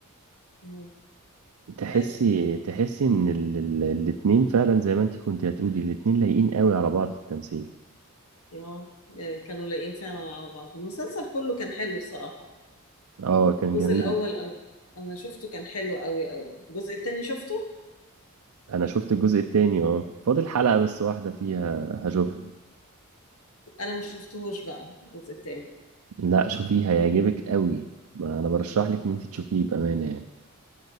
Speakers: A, on the left; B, on the right.
A: مم.
B: تحسي
A: أيوه
B: تحسي ان ال... ال... الاتنين فعلا زي ما انت كنت هتقولي الاتنين لايقين قوي على بعض في التمثيل
A: اه يعني كانوا لايقين فعلا على بعض المسلسل كله كان حلو الصراحة
B: اه كان
A: الجزء
B: جميل
A: الاول انا انا شفته كان حلو قوي قوي الجزء التاني شفته
B: انا شفت الجزء التاني اه فاضل حلقة بس واحدة فيها هشوفها
A: انا ما شفتهوش بقى الجزء التاني
B: لا شوفيه هيعجبك قوي ما انا برشح لك ان انت تشوفيه بأمانة يعني